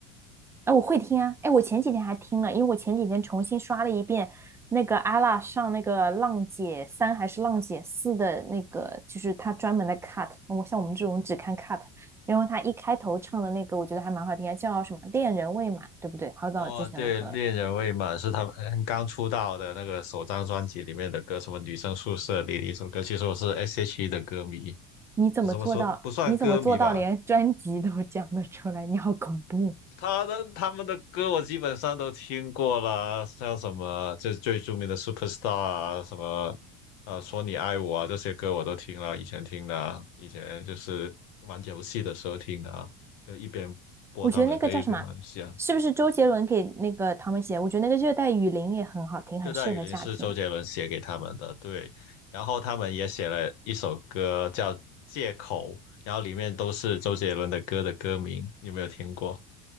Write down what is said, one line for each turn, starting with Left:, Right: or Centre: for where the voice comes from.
Right: 哎，我会听啊！哎，我前几天还听了，因为我前几天重新刷了一遍那个阿拉上那个《浪姐三》还是《浪姐四》的那个，就是他专门的 cut。我像我们这种只看 cut，然后他一开头唱的那个，我觉得还蛮好听啊，叫什么“恋人未满”，对不对？好早之前的歌了。
Left: 哦，对，恋人未满是他们嗯刚出道的那个首张专辑里面的歌，什么女生宿舍里的一首歌。其实我是 S.H.E 的歌迷，
Right: 你怎么做到？
Left: 怎么说不算歌迷吧？
Right: 你怎么做到连专辑都讲得出来？你好恐怖！
Left: 他的他们的歌我基本上都听过啦，像什么这最著名的《Superstar》啊，什么呃《说你爱我》啊，这些歌我都听了，以前听的啊以前就是玩游戏的时候听的啊，就一边播他们的歌一边玩游戏啊。
Right: 我觉得那个叫什么？是不是周杰伦给那个他们写？我觉得那个《热带雨林》也很好听，很适合夏天。
Left: 《热带雨林》是周杰伦写给他们的，对，然后他们也写了一首歌叫《借口》，然后里面都是周杰伦的歌的歌名，你有没有听过？